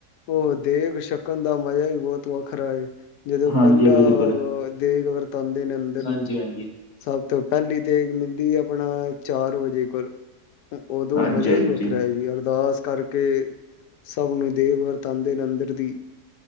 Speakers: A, on the left (about 85°); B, on the left (about 30°).
A: ਉਹ ਦੇਗ ਛਕ ਕਣ ਦਾ ਮਜ਼ਾ ਈ ਬਹੁਤ ਵੱਖਰਾ ਏ ਜਦੋਂ
B: ਹਾਂਜੀ-ਹਾਂਜੀ
A: ਪਹਿਲਾਂ
B: ਬਿਲਕੁਲ
A: ਦੇਗ ਵਰ ਤਾ ਆਂਦੇ ਨੇ ਅੰਦਰ ਨੂੰ
B: ਹਾਂਜੀ-ਹਾਂਜੀ,
A: ਸਭ ਤੋਂ ਪਹਿਲੀ ਤੇ ਮਿਲਦੀ ਆਪਣਾ ਚਾਰ ਵਜੇ ਕੋਲ। ਉਦੋਂ
B: ਹਾਂਜੀ-ਹਾਂਜੀ।
A: ਮਜ਼ਾ ਈ ਵੱਖਰਾ ਹੈ ਜੀ ਅਰਦਾਸ ਕਰ ਕੇ, ਸਭ ਨੂੰ ਦੇਗ ਵਰਤਾਦੇ ਨੇ ਅੰਦਰ ਦੀ।